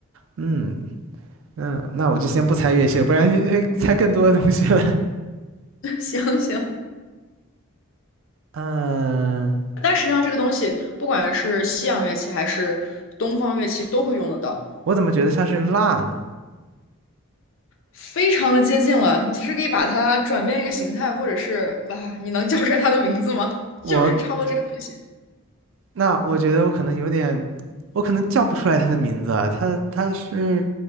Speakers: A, on the right; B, on the left.
A: 嗯，那那我就先不猜乐器了，不然会猜更多的东西了。
B: <laughs> 行行，
A: <laughs> 嗯，
B: 但实际上，这个东西不管是西洋乐器还是东方乐器都会用得到，
A: 我怎么觉得像是蜡呢？
B: 非常的接近了。你其实可以把它转变一个形态，或者是啊，你能叫出来它的名字吗？<laughs> 就是差不多这个东西。
A: 我那我觉得我可能有点，我可能叫不出来它的名字啊。它它是，